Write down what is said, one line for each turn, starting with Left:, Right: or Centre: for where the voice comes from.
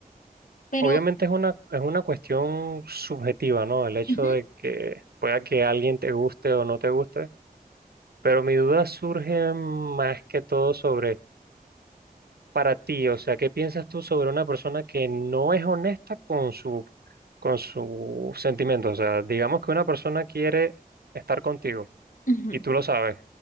Left: pero
Right: Obviamente es una, es una cuestión subjetiva, ¿no? El hecho
Left: ujú,
Right: de que pueda que alguien te guste o no te guste, pero mi duda surge más que todo sobre para ti, o sea, ¿qué piensas tú sobre una persona que no es honesta con su, con sus sentimientos? O sea, digamos que una persona quiere estar contigo
Left: ujú,
Right: y tú lo sabes,